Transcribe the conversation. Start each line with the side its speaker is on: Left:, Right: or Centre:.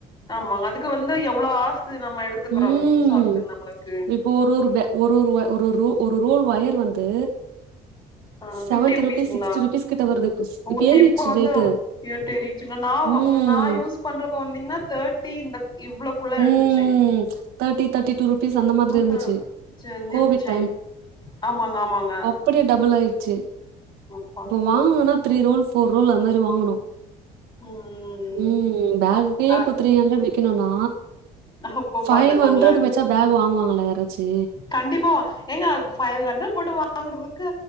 Left: ஆமாங்க அதுக்கு வந்து எவ்வளவு ஹாவர்ஸ் நம்ம எடுத்துக்குறோ
Right: ம்
Left: யூஸ் ஆகுது நம்மளுக்கு
Right: இப்போ ஒரு ஒரு பே ஒரு ஒரு ஒரு ஒரு ரூல் வயர் வந்து
Left: ஆ
Right: செவன்டி
Left: பிப்டி ருபீஸ்ஸுங்களா
Right: ருபீஸ் சிக்ஸ்டி ருபீஸ் கிட்ட வருது இப்ப
Left: ஒகே
Right: ஏறிடுச்சு
Left: இப்ப வந்து
Right: ரேட்டு
Left: <unintelligible> ந
Right: ம்
Left: நா யூஸ் பண்றப்ப வந்தீங்கன்னா தேர்ட்டி இந்த இவ்ளோ குள்ள
Right: ம்.
Left: இருந்துச்சுங்கா
Right: ருப்பீஸ் அந்த மாதிரி
Left: ஆ
Right: இருந்துச்சு.
Left: ஹா <unintelligible>
Right: கோவிட்
Left: ஆமாங்க ஆமாங்க
Right: அப்டியே டபுள் ஆயிடுச்சு
Left: இப்பா
Right: வாங்கனுனா த்ரீ ரோல் ஃபோர் ரோல் அந்த மாறி வாங்கணு
Left: ம்
Right: ம் பேகுக்கே
Left: ஆ
Right: இப்போ த்ரீ ஹண்ட்ரட் விக்கணுனா
Left: அப்ப
Right: ஃபைவ்
Left: பாத்துக்கோங்களே
Right: ஹண்ட்ரடு வச்சா பேக் வாங்குவாங்கள யாராச்சு
Left: கண்டிப்பா வாங் ஏங்க ஃபைவ் ஹண்டரட் போட்டு வாங்குறதுக்கு